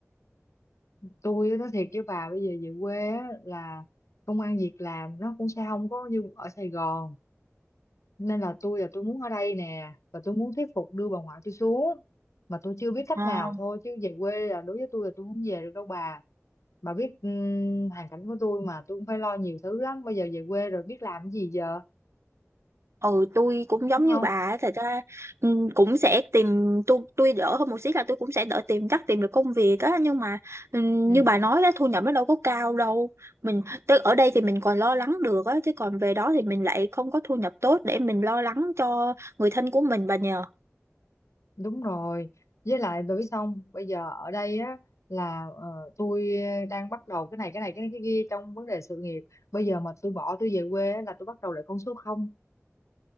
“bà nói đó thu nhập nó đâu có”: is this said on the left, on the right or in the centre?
Right